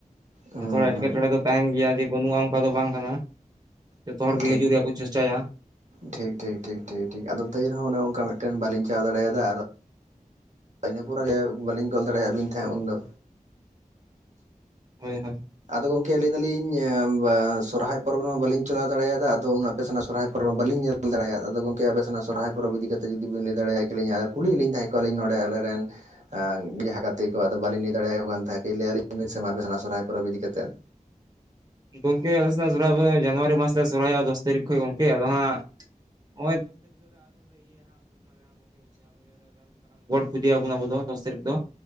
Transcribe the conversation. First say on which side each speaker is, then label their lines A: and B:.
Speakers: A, on the right; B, on the right.
A: ᱦᱩᱸ
B: ᱛᱷᱚᱲᱟ ᱮᱴᱠᱮᱴᱚᱬᱮ
A: ᱦᱩᱸ
B: ᱫᱚ ᱛᱟᱦᱮᱱ ᱜᱮᱭᱟ ᱡᱮ ᱵᱟᱹᱱᱩᱜᱼᱟ ᱚᱝᱠᱟ ᱫᱚ ᱵᱟᱝ ᱠᱟᱱᱟ ᱡᱚᱛᱚ ᱦᱚᱲ ᱜᱮ
A: ᱴᱷᱤᱠ
B: ᱦᱤᱡᱩᱜ ᱨᱮᱭᱟᱜ ᱠᱩ ᱪᱮᱥᱴᱟᱭᱟ᱾
A: ᱴᱷᱤᱠ ᱴᱷᱤᱠ ᱴᱷᱤᱠ ᱴᱷᱤᱠ ᱴᱷᱤᱠ ᱟᱫᱚ ᱛᱟᱹᱭ ᱨᱮᱦᱚᱸ ᱚᱱᱮ ᱚᱝᱠᱟ ᱢᱤᱫᱴᱮᱱ ᱵᱟᱹᱞᱤᱧ ᱪᱟᱞᱟᱣ ᱫᱟᱲᱮᱭᱟᱫᱟ ᱟᱨ ᱤᱱᱟᱹ ᱯᱚᱨᱮ ᱜᱮ ᱵᱟᱹᱞᱤᱧ ᱠᱚᱞ ᱫᱟᱲᱮᱭᱟᱜ ᱵᱤᱱ ᱛᱟᱦᱮᱸᱫ ᱩᱱ ᱫᱚ
B: ᱦᱳᱭ ᱦᱳᱭ
A: ᱟᱫᱚ ᱜᱚᱝᱠᱮ ᱞᱟᱹᱭ ᱫᱟᱹᱞᱤᱧ ᱥᱚᱨᱦᱟᱭ ᱯᱚᱨᱚᱵᱽ ᱨᱮ ᱢᱟ ᱵᱟᱹᱞᱤᱧ ᱪᱟᱞᱟᱣ ᱫᱟᱲᱮᱭᱟᱫᱟ ᱟᱫᱚ ᱟᱯᱮ ᱥᱮᱱᱟᱜ ᱥᱚᱨᱦᱟᱭ ᱯᱚᱨᱚᱵᱽ ᱵᱟᱹᱞᱤᱧ ᱧᱮᱞ ᱫᱟᱲᱮᱭᱟᱜ, ᱟᱫᱚ ᱜᱚᱝᱠᱮ ᱟᱯᱮ ᱥᱮᱱᱟᱜ ᱥᱚᱨᱦᱟᱭ ᱯᱚᱨᱚᱵᱽ ᱤᱫᱤ ᱠᱟᱛᱮ ᱡᱩᱫᱤ ᱵᱮᱱ ᱞᱟᱹᱭ ᱫᱟᱲᱮᱭᱟ ᱠᱤᱞᱤᱧᱟ ᱟᱨ ᱠᱩᱞᱤᱭᱮᱫ ᱞᱤᱧ ᱛᱟᱦᱮᱸ ᱠᱚ ᱟᱹᱞᱤᱧ ᱱᱚᱸᱰᱮ ᱟᱞᱮ ᱨᱮᱱ᱾ ᱦᱟᱸᱜ ᱸᱡᱟᱦᱟᱸ ᱜᱟᱛᱮ ᱠᱩ ᱟᱫᱚ ᱵᱟᱹᱞᱤᱧ ᱞᱟᱹᱭ ᱫᱟᱲᱮᱭᱟᱠᱚ ᱠᱟᱱ ᱛᱟᱦᱮᱸᱫ ᱠᱟ. ᱡᱽ ᱞᱟᱹᱭ ᱟᱹᱞᱤᱧ ᱵᱤᱱ ᱟᱯᱮ ᱥᱮᱱᱟᱜ ᱥᱚᱨᱦᱟᱭ ᱯᱚᱨᱚᱵᱽ ᱤᱫᱤ ᱠᱟᱛᱮᱫ
B: ᱜᱚᱝᱠᱮ ᱟᱞᱮ ᱥᱮᱱᱟᱜ ᱥᱚᱨᱦᱟᱭ ᱵᱚᱸᱜᱟ ᱡᱟᱱᱩᱣᱟᱨᱤ ᱢᱟᱥ ᱨᱮ ᱥᱚᱨᱦᱟᱭᱚᱜ ᱫᱚᱥ ᱛᱟᱹᱨᱤᱠᱷ ᱠᱷᱚᱡ ᱜᱚᱝᱠᱮ ᱟᱫᱚ ᱦᱟᱸᱜ <unintelligible> ᱯᱩᱡᱟᱹ ᱭᱟᱵᱩᱱ ᱟᱹᱵᱩ ᱫᱚ ᱫᱚᱥ ᱛᱟᱹᱨᱤᱠᱷ ᱫᱚ